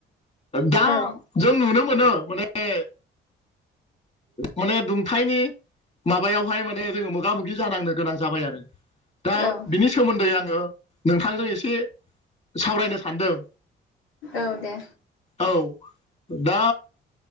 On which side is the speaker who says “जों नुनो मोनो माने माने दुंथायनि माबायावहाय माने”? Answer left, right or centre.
Left